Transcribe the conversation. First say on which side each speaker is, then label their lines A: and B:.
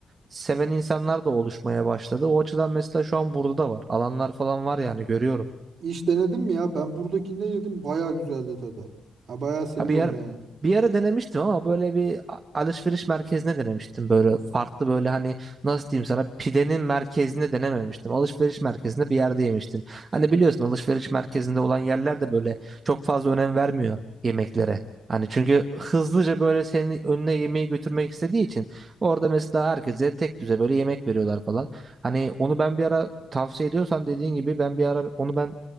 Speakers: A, on the right; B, on the right.
A: seven insanlar da oluşmaya başladı. O açıdan mesela şu an burada da var alanlar falan var yani görüyorum.
B: Hiç denedim mi ya? Ben buradakinde yedim. Bayağı güzeldi tadı. Ya bayağı seviyorum
A: Ha bir ara,
B: yani.
A: bir ara denemiştim ama böyle bir a- alışveriş merkezine denemiştim böyle farklı böyle hani nasıl diyeyim sana pidenin merkezine denememiştim. Alışveriş merkezinde bir yerde yemiştim. Hani biliyorsun alışveriş merkezinde olan yerler de böyle çok fazla önem vermiyor yemeklere. Hani çünkü hızlıca böyle senin önüne yemeği götürmek istediği için orada mesela herkese tek düze böyle yemek veriyorlar falan. Hani onu ben bir ara tavsiye ediyorsan dediğin gibi ben bir ara onu ben